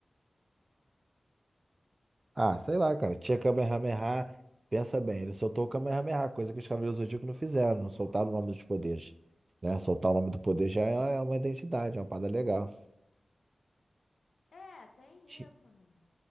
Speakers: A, on the right (about 40°); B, on the left (about 75°).
A: Ah, sei lá, cara. Tinha Kamehameha. Pensa bem, ele soltou o Kamehameha, coisa que os Cavaleiros do Zodíaco não fizeram, não soltaram o nome dos poderes. Né? Soltar o nome do poder já é uma identidade, é uma parada legal.
B: É, tem
A: Ti-
B: isso, né?